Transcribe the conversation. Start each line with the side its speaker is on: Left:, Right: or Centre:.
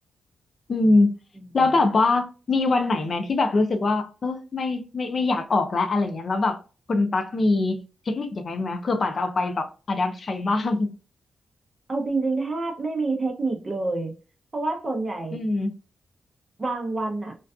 Left: อืม
Right: อืม
Left: แล้วแบบว่ามีวันไหนไหมที่แบบรู้สึกว่าเออไม่ไม่ไม่อยากออกแล้วอะไรเงี้ยแล้วแบบคุณตั๊กมีเทคนิคยังไงไหมเผื่อป่าจะเอาไปแบบอ d ดั t ใช้บ้าง
Right: เอาจริงๆแทบไม่มีเทคนิคเลยเพราะว่าส่วนใหญ่
Left: อืม
Right: บางวันอะ